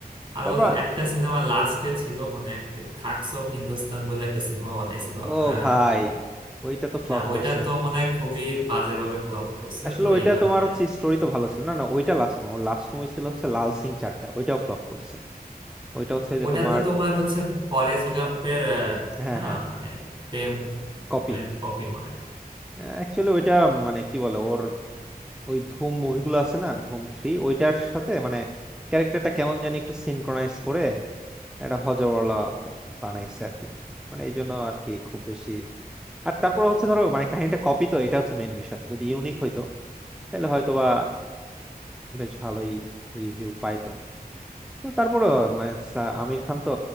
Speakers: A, on the right; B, in the centre.
A: আর
B: তারপর
A: ওদের একটা সিনেমা লাস্টে ছিল মনে হয় থাগস অফ হিন্দুস্তান বলে একটা সিনেমা বানাইছিল
B: ও
A: আহ,
B: ভাই ওইটা তো ফ্লপ
A: হ্যাঁ ওইটা
B: করছে
A: তো মনে হয় খুবই বাজে ভাবে ফ্লপ করছে
B: আসলে
A: তো
B: ওইটা
A: এই কারণে
B: তোমার হচ্ছে স্টোরি তো ভালো ছিল না না ওইটা লাস্ট না ওর লাস্ট মুভি ছিল হচ্ছে লাল সিং চাড্ডা ওইটাও ফ্লপ করছে ওইটা হচ্ছে যে
A: ওটা
B: তোমার
A: তো তোমার হচ্ছে ফরেস্ট গাম্পের কি
B: হ্যাঁ
A: না
B: হ্যাঁ
A: মানে ফ্রেম
B: কপি
A: ফ্রেম কপি মনে হয়।
B: অ্যাকচুয়ালি ওইটা মানে কি বলে ওর ওই ধুম মুভিগুলো আছে না ধুম থ্রি ওইটার সাথে মানে ক্যারেক্টারটা কেমন জানি একটু সিনক্রোনাইজ করে একটা হজরওয়ালা বানাইছে আর কি মানে এই জন্য আর কি খুব বেশি আর তারপর হচ্ছে ধরো মানে কাহিনীটা কপি তো এটা হচ্ছে মেইন বিষয় যদি ইউনিক হইতো তাহলে হয়তো বা বেশ ভালোই রিভিউ পাইতো তো তারপরে মানে সা- আমির খান তো